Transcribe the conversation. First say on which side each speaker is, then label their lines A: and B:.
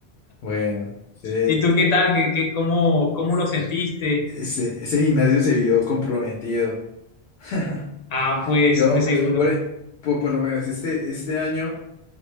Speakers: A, on the left; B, on the left.
A: bueno, sí,
B: ¿Y tú qué tal? ¿Qué, qué, cómo, cómo lo sentiste?
A: ese, ese gimnasio se vio comprometido. <laughs>
B: Ah, pues
A: Yo,
B: de seguro.
A: por, por, por lo menos este, este año.